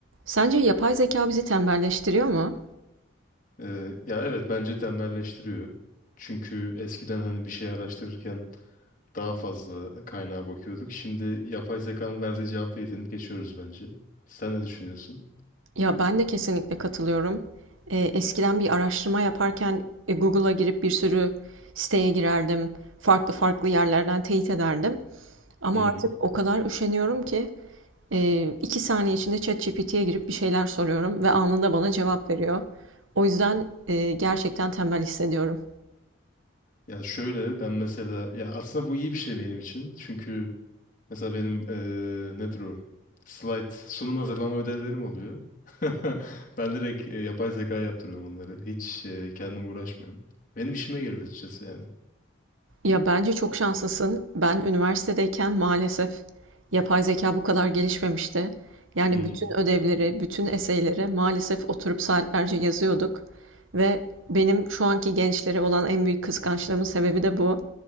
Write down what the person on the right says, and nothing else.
Sence yapay zeka bizi tembelleştiriyor mu?
Ya ben de kesinlikle katılıyorum. Ee, eskiden bir araştırma yaparken e, Google'a girip bir sürü siteye girerdim. Farklı farklı yerlerden teyit ederdim. Ama
artık o kadar üşeniyorum ki e, iki saniye içinde ChatGPT'ye girip bir şeyler soruyorum ve anında bana cevap veriyor. O yüzden e, gerçekten tembel hissediyorum.
Ya bence çok şanslısın. Ben üniversitedeyken maalesef yapay zeka bu kadar gelişmemişti. Yani
bütün ödevleri, bütün eseyleri maalesef oturup saatlerce yazıyorduk. Ve benim şu anki gençlere olan en büyük kıskançlığımın sebebi de bu.